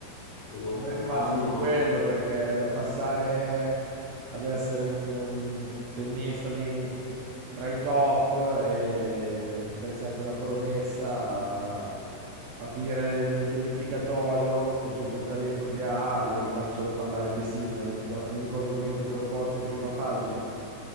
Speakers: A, on the left; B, on the right.
A: o lo
B: A me è rimasto
A: ami o lo
B: quello
A: odi.
B: perché da passare ad essere un, um, tennista nei- tra i top e, e poter essere anche una promessa a, a finire nel, nel dimenticatoio con tutto il talento che ha, gli è rimasto solo parlare di Sinner, l'ultimo- l'unico argomento che lo porta in prima pagina.